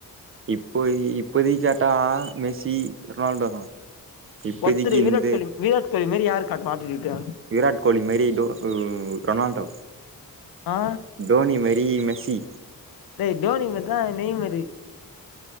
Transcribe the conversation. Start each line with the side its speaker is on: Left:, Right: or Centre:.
Right: இப்பொய் இப்பொதி கேட்டா மெஸ்ஸி ரொனால்டோதா இப்பதிக்கி
Left: ஒருத்தரு விராட்
Right: இந்த
Left: கோலி விராட் கோலி மாரி யாரு காட்டுவா ஆட்டிடியூட்டு
Right: விராட் கோலி மாரி டோ ம் ரொ னால்டோ
Left: ஆ
Right: டோனி மேரி மெஸ்ஸி
Left: டேய் டோனி மேரிதா நெய் மேரி